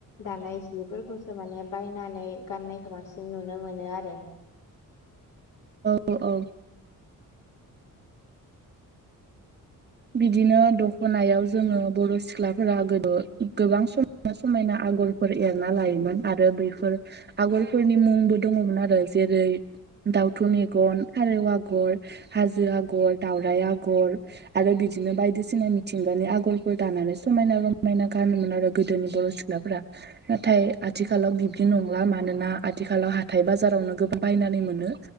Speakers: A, on the left; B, on the right.
A: दानाय जिफोरखौसो माने बायनानै गाननायखौ बांसिन नुनो मोनो आरो।
B: औ औ। बिदिनो दखनायाव जोङो बर' सिख्लाफोरा गोदो गोबां सम समायना आगरफोर एरना लायोमोन आरो बैफोर आगरफोरनि मुंबो दङमोन आरो जेरै दाउथु मेगन, फारौ आगर, हाजो आगर, दावराय आगर, आरो बिदिनो बायदिसिना मिथिंगानि आगरफोर दानानै समायना रमायना गानोमोन आरो गोदोनि बर' सि ख्लाफोरा नाथाय आथिखालाव बिब्दि नंला मानोना आथिखालाव हाथाय बाजारावनो गोबां बायनानै मोनो।